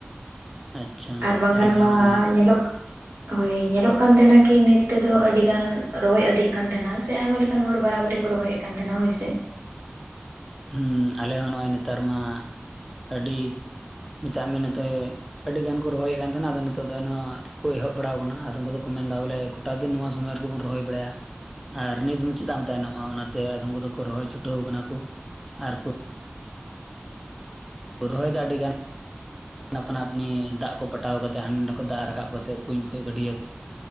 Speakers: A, in the centre; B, on the right (about 75°).
A: ᱟᱪᱪᱷᱟ
B: ᱟᱨ ᱵᱟᱝᱠᱷᱟᱱ
A: ᱟᱞᱮ ᱦᱚᱸ
B: ᱢᱟ
A: ᱱᱚᱜᱼᱚᱭ
B: ᱧᱮᱞᱚᱜ ᱦᱳᱭ ᱧᱮᱞᱚᱜ ᱠᱟᱱ ᱛᱮᱦᱮᱱᱟ ᱠᱤ ᱱᱤᱛ ᱛᱮᱫᱚ ᱟᱹᱰᱤ ᱜᱟᱱ ᱨᱚᱦᱚᱭ ᱟᱹᱫᱦᱤᱜ ᱠᱟᱱ ᱛᱟᱦᱮᱱᱟ ᱥᱮ ᱟᱭᱢᱟ ᱞᱮ ᱠᱟᱱ ᱦᱚᱲ ᱵᱟᱨᱟᱵᱟᱨᱤ ᱠᱚ ᱨᱚᱦᱚᱭᱮᱜ ᱠᱟᱱ ᱛᱟᱦᱮᱱᱟ ᱦᱳᱭ ᱥᱮ᱾
A: ᱦᱩᱸ ᱟᱞᱮ ᱦᱚᱸ ᱱᱚᱜᱼᱚᱭ ᱱᱮᱛᱟᱨ ᱢᱟ ᱟᱹᱰᱤ ᱢᱮᱛᱟᱜ ᱢᱮ ᱱᱚᱛᱮ ᱟᱹᱰᱤ ᱜᱟᱱ ᱠᱚ ᱨᱚᱦᱚᱭᱮᱜ ᱠᱟᱱ ᱛᱟᱦᱮᱸᱱᱟ ᱟᱫᱚ ᱱᱤᱛ ᱫᱚ ᱮᱱᱦᱚᱸ ᱠᱚ ᱮᱦᱚᱵ ᱵᱟᱲᱟᱣ ᱠᱟᱱᱟ ᱟᱫᱚᱢ ᱠᱚᱫᱚ ᱠᱚ ᱢᱮᱱᱫᱟ ᱵᱚᱞᱮ ᱠᱚᱴᱟ ᱫᱤᱱ ᱱᱚᱣᱟ ᱥᱚᱢᱚᱭ ᱨᱮᱜᱮᱵᱚᱱ ᱨᱚᱦᱚᱭ ᱵᱟᱲᱟᱭᱟ᱾ ᱟᱨ ᱱᱤᱛ ᱦᱚᱸ ᱪᱮᱫᱟᱜ ᱮᱢ ᱛᱟᱭᱱᱚᱢᱚᱜᱼᱟ ᱚᱱᱟᱛᱮ ᱟᱫᱷᱚᱢ ᱠᱚᱫᱚ ᱠᱚ ᱨᱚᱦᱚᱭ ᱪᱷᱩᱴᱟᱹᱣ ᱠᱟᱱᱟ ᱠᱩ᱾ ᱟᱨ ᱠᱩ ᱨᱚᱦᱚ ᱭᱫᱚ ᱟᱹᱰᱤ ᱜᱟᱱ ᱟᱯᱱᱟ ᱟᱯᱱᱤ ᱫᱟᱜ ᱠᱚ ᱯᱟᱴᱟᱣ ᱠᱟᱛᱮ ᱦᱟᱸᱰᱮ ᱱᱟᱰᱮ ᱠᱷᱚᱡ ᱫᱟᱜ ᱨᱟᱠᱟᱵ ᱠᱟᱛᱮᱜ ᱠᱩᱧ ᱠᱷᱚᱡ ᱜᱟᱹᱰᱤᱭᱟᱹ ᱠᱷᱚᱡ᱾